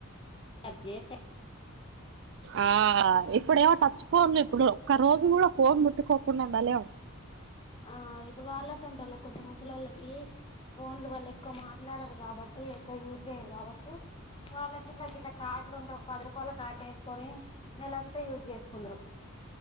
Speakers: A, on the left (about 25°); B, on the right (about 60°).
A: రీజ్ చేస
B: ఆ ఇప్పుడేమో టచ్ ఫోన్లు ఇప్పుడు ఒక్క రోజు కూడా ఫోన్ ముట్టుకోకుండా ఉండలేం
A: ఆ ఇప్పుడు వాళ్ళస్ ఉంటల కొంచెం ముసలి వాళ్ళకి ఫోన్లు వాల్ల ఎక్కువ మాట్లాడరు కాబట్టి ఎక్కువ యూజ్ చేయ్యరు కాబట్టి వాళ్ళకి ఇట్లా గిట్లా కార్డులు ఉండవ్ ఒక పది రూపాయల కార్డు వేసుకొని నెలంతా యూజ్ చేసుకుందరు